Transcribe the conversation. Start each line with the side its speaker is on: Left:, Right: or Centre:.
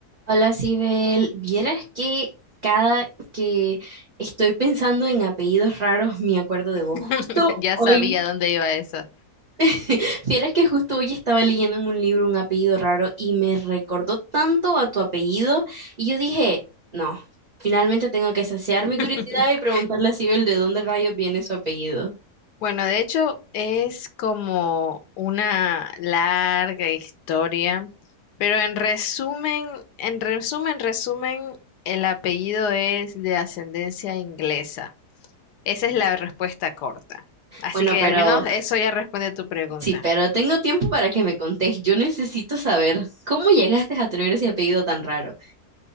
Right: Hola, Sibel. Vieras que cada que estoy pensando en apellidos raros me acuerdo de
Left: <laughs>
Right: vos. Justo
Left: Ya
Right: hoy,
Left: sabía dónde iba eso.
Right: <laughs> vieras que justo hoy estaba leyendo en un libro un apellido raro y me recordó tanto a tu apellido y yo dije, no, finalmente tengo que saciar mi curiosidad
Left: <laughs>
Right: y preguntarle a Sibel de dónde rayos viene su apellido.
Left: Bueno, de hecho es como una larga historia, pero en resumen, en resumen, resumen, el apellido es de ascendencia inglesa. Esa es la respuesta corta. Así
Right: Bueno,
Left: que
Right: pero
Left: al menos eso ya responde a tu pregunta.
Right: sí, pero tengo tiempo para que me contés. Yo necesito saber cómo llegaste a tener ese apellido tan raro.